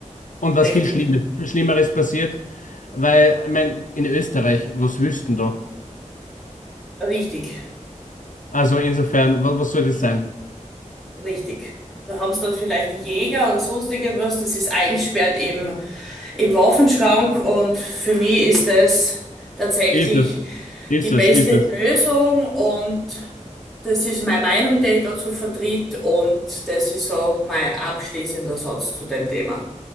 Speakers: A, on the left; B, in the centre.
A: Und
B: richtig.
A: was viel Schlimmes, Schlimmeres passiert, weil, ich meine, in Österreich, was wüssten da?
B: Richtig.
A: Also insofern, was, was soll das sein?
B: Richtig. Da haben sie dann vielleicht Jäger oder sonst irgendwas, das ist eingesperrt im, im Waffenschrank und für mich ist das tatsächlich.
A: Ist es, ist
B: die beste
A: es, ist es.
B: Lösung und das ist meine Meinung, die ich dazu vertrete und das ist so mein abschließender Satz zu dem Thema.